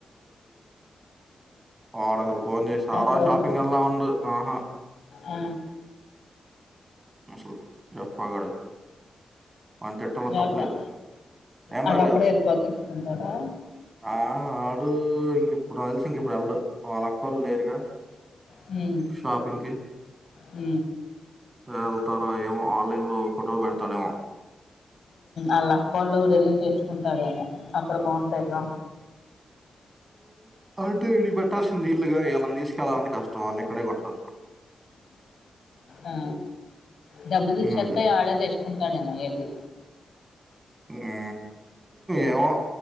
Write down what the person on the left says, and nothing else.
తోడు
ఆ
ఎవరితో?
ఆడొక్కడే
వెళ్ళిపోతే తెచ్చుకుంటాడా
హు
హ
అళ్ళక్కొల్లా ఊరేళ్ళి తెచ్చుకుంటాడేమో అక్కడ బాగుంటాయి గా
ఆ డబ్బులు ఇచ్చేస్తా
ఆడే తెచ్చుకుం తాడేమో వెళ్ళి